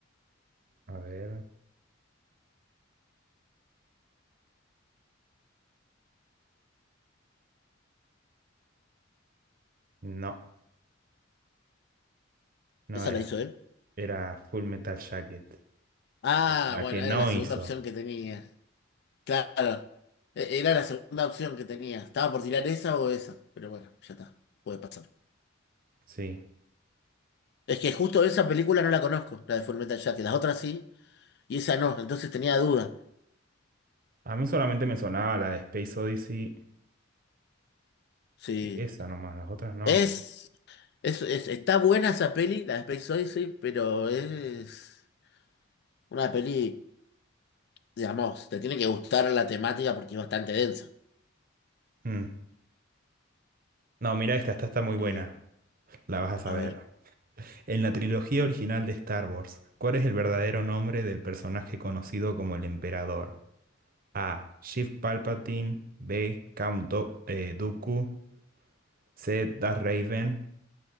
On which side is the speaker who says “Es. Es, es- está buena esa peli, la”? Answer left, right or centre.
Left